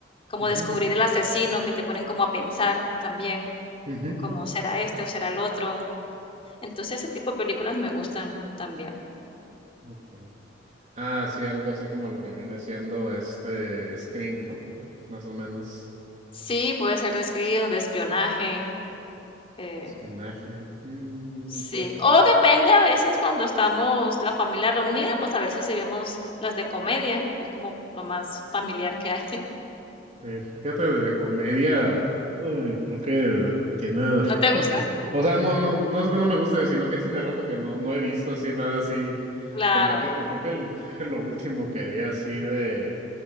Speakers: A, on the left; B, on the right.
A: como
B: ujú,
A: descubrir el asesino, que te ponen como a pensar también,
B: ujú.
A: como será este o será el otro. Entonces, ese tipo de películas me gustan también.
B: Okay. Ah, sí, algo así como lo que viene siendo este Scream, ¿no? Más o menos.
A: Sí, puede ser de escribir, de espionaje, eh
B: Espionaje. Mm,
A: Sí,
B: fíjate.
A: o depende a veces cuando estamos la familia reunida, pues a veces sí vemos las de comedia, que es como lo más familiar que hay. <laughs>
B: Eh, Fíjate que de comedia, uy, creo que tiene rato,
A: ¿No te gustan?
B: pues. O sea, no, no, no es que no me guste, sino que tiene rato que no, no he visto así nada así.
A: Claro.
B: que me- que- creo que lo, <laughs> lo último que vi así de,